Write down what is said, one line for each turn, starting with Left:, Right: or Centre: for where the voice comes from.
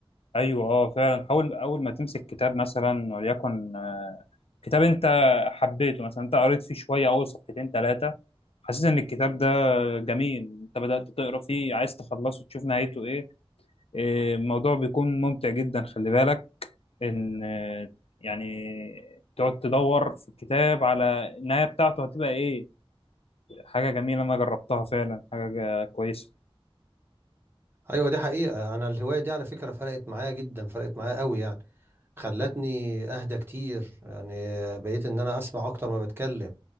Left: ايوه اه فعلا اول اول ما تمسك كتاب مثلا وليكن كتاب انت حبيته مثلا انت قريت فيه شويه اول صفحتين ثلاثه حسيت ان الكتاب ده جميل انت بدات تقرا فيه عايز تخلصه تشوف نهايته ايه اه، الموضوع بيكون ممتع جدا خلي بالك ان اه، يعني تقعد تدور في الكتاب على النهايه بتاعته هتبقى ايه حاجه جميله انا جربتها فعلا حاجه جا- كويسه
Right: أيوة دي حقيقة أنا الهواية دي على فكرة فرقت معايا جدا فرقت معايا قوي يعني خلتني اهدى كتير يعني بقيت ان انا اسمع اكتر ما بتكلم